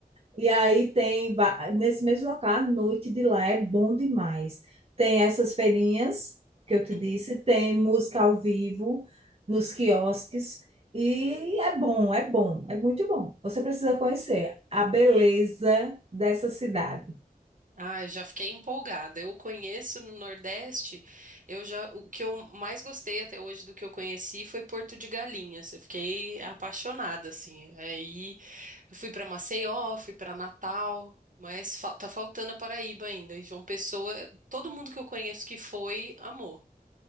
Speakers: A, on the right; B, on the right.
A: E aí tem, va- nesse mesmo local, a noite de lá é bom demais. Tem essas feirinhas que eu te
B: Uhum.
A: disse, tem música ao vivo nos quiosques, e é bom, é bom, é muito bom. Você precisa conhecer a beleza dessa cidade.
B: Ah, já fiquei empolgada. Eu conheço no Nordeste, eu já, o que eu mais gostei até hoje do que eu conheci foi Porto de Galinhas. Eu fiquei apaixonada assim. Aí eu fui para Maceió, fui para Natal, mas fal- tá faltando a Paraíba ainda. E João Pessoa, todo mundo que eu conheço que foi, amou.